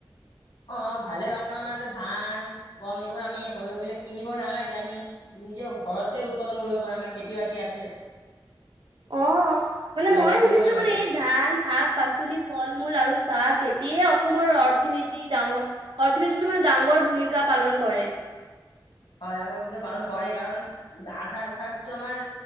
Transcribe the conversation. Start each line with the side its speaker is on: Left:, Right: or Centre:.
Left: অ, ভালে কাৰণ আমাৰতে ধান গম এইবোৰ আমি সৰিয়হবিলাক কিনিব নালাগে আমি নিজে ঘৰতে উৎপাদন কৰিব পাৰে আমাৰ খেতি বাতি আছে।
Right: অ, মানে
Left: বাহিৰলৈ
Right: মই
Left: কিনিব
Right: শুনিছো
Left: নালাগে
Right: মানে এই ধান শাক পাচলি ফল- মূল আৰু চাহ খেতিয়ে অসমৰ অৰ্থনীতি ডাঙৰ অৰ্থনীতিতো মানে ডাঙৰ ভূমিকা পালন কৰে।
Left: হয়কে পালন কৰে কাৰণ আধা ভাগটো আমাৰ